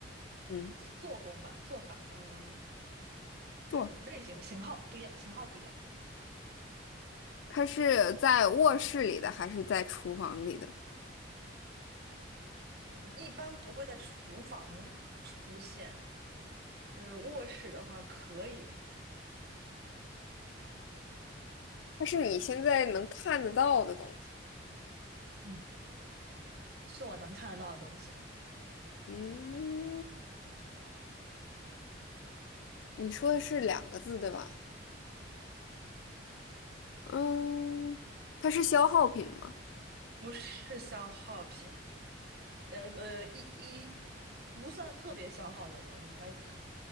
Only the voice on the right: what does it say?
做工吧，做法，嗯、
对，类型型号不一样，型号不一样，
嗯，一般不会在厨房出现，就是卧室的话可以，
嗯，是我能看得到的东西，
不是消耗品，呃呃，一一不算特别消耗的东西，它可